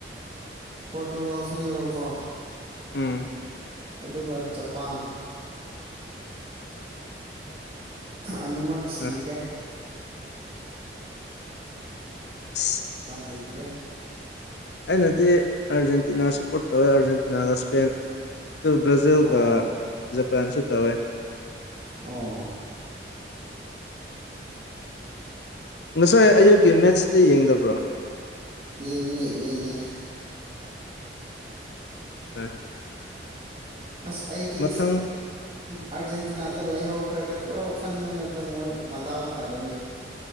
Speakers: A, on the right; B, on the left.
A: ꯄꯣꯔꯇꯨꯒꯥꯜꯁꯨꯅꯦꯕꯀꯣ
B: ꯎꯝ
A: ꯑꯗꯨꯒ ꯖꯄꯥꯟ ꯑꯅꯤꯃꯛ ꯁꯤꯈ꯭ꯔꯦ
B: ꯍꯣꯏ <unintelligible>
A: ꯎꯄꯥꯏ ꯂꯩꯇ꯭ꯔꯦ
B: ꯑꯩꯅꯗꯤ ꯑꯥꯔꯖꯦꯟꯇꯤꯅꯥ ꯁꯞꯄꯣꯔꯠ ꯇꯧꯋꯦ ꯑꯥꯔꯖꯦꯟꯇꯤꯅꯥꯒ ꯏꯁꯄꯦꯟ ꯑꯗꯨ ꯕ꯭ꯔꯥꯖꯤꯜꯒ
A: ꯑꯣ
B: ꯖꯄꯥꯟꯁꯨ ꯇꯧꯋꯦ
A: ꯑꯣ
B: ꯉꯁꯥꯏ ꯑꯌꯨꯛꯀꯤ ꯃꯦꯠꯁꯇꯤ ꯌꯦꯡꯗꯕ꯭ꯔꯣ
A: ꯌꯦꯡꯉꯦ ꯌꯦꯡꯉꯦ
B: ꯎ
A: ꯑꯁ ꯑꯩꯗꯤ
B: ꯃꯊꯪ
A: ꯑꯥꯔꯖꯦꯟꯇꯤꯅꯥꯗꯣ ꯂꯩꯍꯧꯈ꯭ꯔꯒꯗ꯭ꯔꯣ ꯈꯟꯕꯅꯦ ꯑꯣ ꯃꯣꯏ ꯃꯇꯥꯎ ꯐꯔꯦꯅꯦ